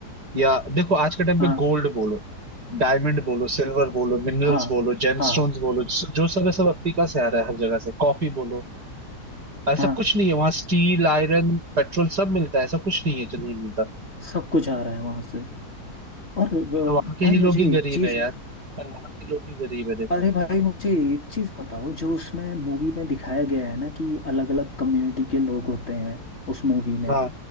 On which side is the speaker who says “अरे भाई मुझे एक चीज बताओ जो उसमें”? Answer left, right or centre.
Left